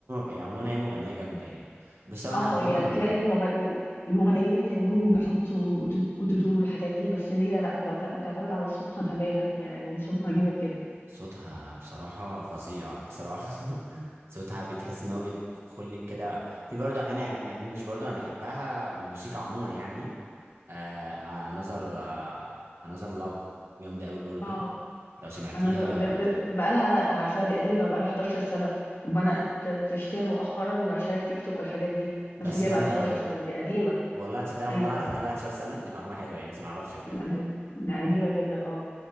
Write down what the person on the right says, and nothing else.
هي عموما هي مغنيه جامده يعني بس انا
عموما
صوتها بصراحه فظيع بصراحه <laughs> صوتها بتحس ان هو بيدخل لك كده في برضه اغاني أجن- اجنبي برضه انا بحبها من الموسيقى عموما يعني آه انذر انذر لاف جامده قوي برضو
لو سمعتيها
بس
جامده
قوي
والله تصدق أول
مرة أعرف إن هي بقى 11 سنة دي معلومة حلوة يعني بس ما أعرفش بجد